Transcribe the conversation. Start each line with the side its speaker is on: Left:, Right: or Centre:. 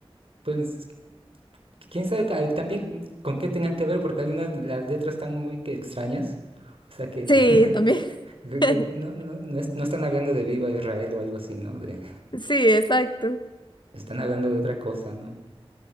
Right: Pues quién sabe ca- eh, también con qué tengan que ver, porque algunas de las letras están muy que extrañas. O sea que no,
Left: Sí,
Right: <laughs>
Left: también.
Right: creo
Left: <laughs>
Right: que no, no, no, es- no están hablando de Viva Israel o algo así, ¿no? De,
Left: Sí, exacto.
Right: están hablando de otra cosa, ¿no?